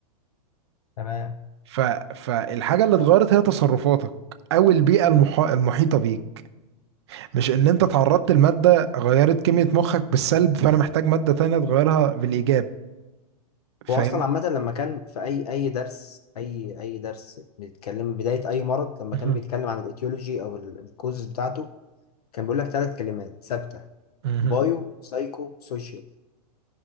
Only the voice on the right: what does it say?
ف... فالحاجة اللي اتغيرت هي تصرفاتك او البيئة المح... المحيطة بيك مش ان انت تعرضت لمادة غيرت كمية مخك بالسلب فانا محتاج مادة تانية تغيرها بالايجاب فاهم
مهم.
مهم.